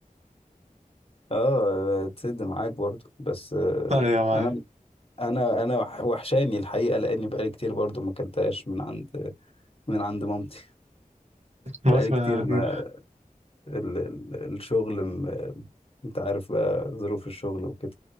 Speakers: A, on the left; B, on the right.
A: اه تسد معاك برضو بس آه
B: ايوه معاك
A: انا انا انا وح- وحشاني الحقيقة لاني بقالي كتير برضو ما اكلتهاش من عند من عند مامتي
B: خلاص
A: بقالي
B: بقى
A: كتير ما
B: ن-
A: ال ال الشغل م- انت عارف بقى ظروف الشغل وكده